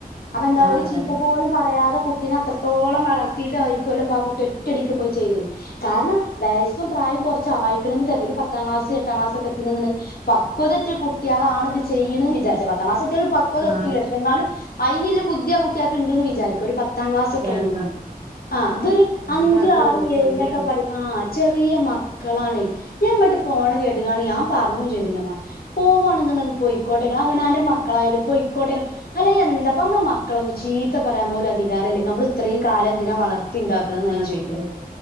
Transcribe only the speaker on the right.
ആഹ്
അതന്നെ
ആഹ്
വിചാരിക്കാം
പക്ഷെ
ഇത് അതുല്ല
ചെറിയ കുട്ടി
വളർത്തിയത്